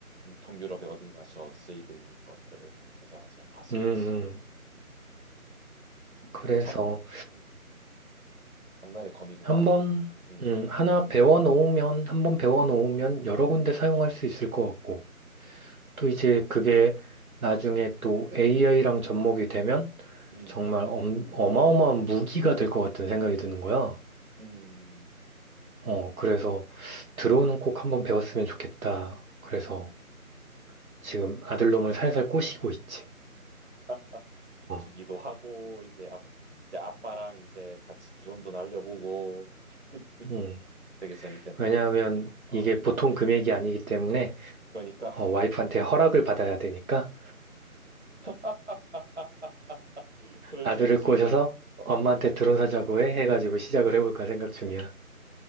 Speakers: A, on the right; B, on the right.
A: 음, 동유럽의 어딘가서 쓰이고 있는 것들을 맞아 맞아 봤어
B: 음, 음.
A: 봤어
B: 그래서
A: 참 음, 장날의 검이구만
B: 한번,
A: 음
B: 음, 하나 배워 놓으면, 한번 배워 놓으면 여러 군데 사용할 수 있을 것 같고. 또 이제 그게 나중에 또 AI랑 접목이 되면
A: 음,
B: 정말 엄, 어마어마한 무기가 될 것 같은 생각이 드는 거야.
A: 음,
B: 어, 그래서 드론은 꼭 한번 배웠으면 좋겠다. 그래서 지금 아들놈을 살살
A: 음.
B: 꼬시고 있지.
A: 아,
B: 어.
A: 주기도 하고 이제 아, 이제 아빠랑 이제 같이 드론도 날려보고 음,
B: 음.
A: 되게 재밌겠네
B: 왜냐하면
A: 아
B: 이게 보통 금액이 아니기 때문에
A: 그러니까
B: 어, 와이프한테 허락을 받아야 되니까
A: <laughs> 아 그럴
B: 아들을
A: 수 있지
B: 꼬셔서 엄마한테 드론 사자고 해 해가지고 시작을
A: 음.
B: 해볼까 생각 중이야.